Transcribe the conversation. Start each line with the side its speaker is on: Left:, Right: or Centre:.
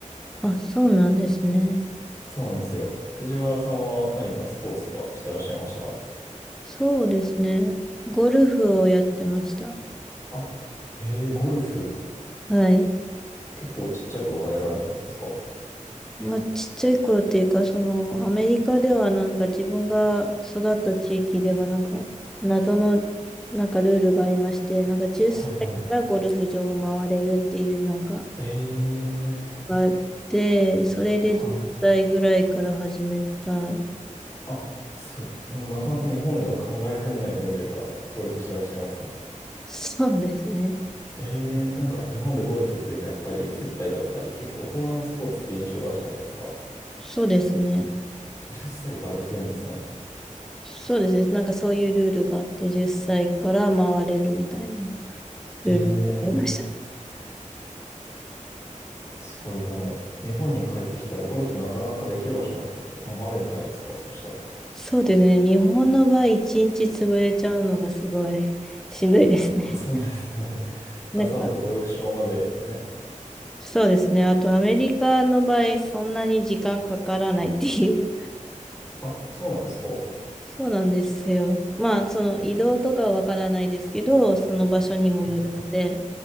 Centre: あ、そうなんですね。
Left: そうなんですよ。藤原さんは何かスポーツとかしてらっしゃいました
Centre: そうですね。ゴルフをやってました。
Left: あ、へえ、ゴルフ。
Centre: はい。
Left: 結構ちっちゃい頃からやられてたんですか
Centre: まあ、ちっちゃい頃っていうか、その、アメリカではなんか自分が育った地域ではなんか、謎の、なんかルールがありまして、なんか10歳からゴルフ場を回れるっていうなんか
Left: はいはい。ええ、
Centre: があって、それで10歳ぐらいから始めたい。
Left: はい。あ、そう、な、なかなか日本では考えられない年齢からゴルフしてらっしゃいますね。
Centre: そうですね。
Left: ええ、なんか日本でゴルフって言うとやっぱり接待だったり、結構大人のスポーツって印象があるじゃないですか。
Centre: そうですね。
Left: 10歳からできるんですね。
Centre: そうですね。なんかそういうルールがあって、10歳から回れるみたいなルールがありました。
Left: へえ、すごい、でも、日本に帰ってきたらゴルフなかなかできる場所なくて困るんじゃないですか、そしたら。
Centre: そうですね。日本の場合、1日潰れちゃうのがすごいしんどいですね。
Left: あ、そうですよね。
Centre: <laughs>
Left: <laughs>
Centre: なんか、
Left: わざわざゴルフ場までね。
Centre: そうですね。あと、アメリカの場合、そんなに時間かからないっていう。
Left: あ、そうなんですかは
Centre: そうなんですよ。まあ、その移動とかはわからないですけど、その場所にもよるので、
Left: いは